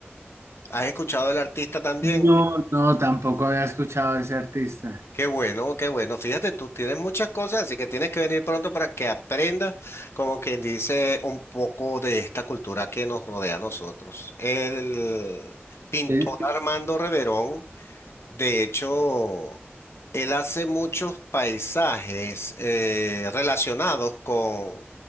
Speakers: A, on the left; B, on the right.
A: ¿Has escuchado del artista también?
B: No, no, tampoco había escuchado a ese artista.
A: Qué bueno, qué bueno. Fíjate, tú tienes muchas cosas, así que tienes que venir pronto para que aprendas, como quien dice, un poco de esta cultura que nos rodea a nosotros. El pintor
B: Eh,
A: Armando Reverón, de hecho, él hace muchos paisajes eh, relacionados con,